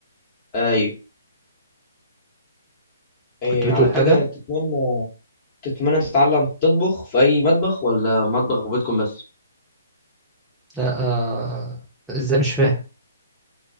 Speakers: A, on the left; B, in the centre.
A: ايوه إيه
B: كنت بتقول
A: على كده
B: حاجة
A: تتمنى تتمنى تتعلم تطبخ في اي مطبخ ولا مطبخ بيتكم بس
B: لا آه. ازاي مش فاهم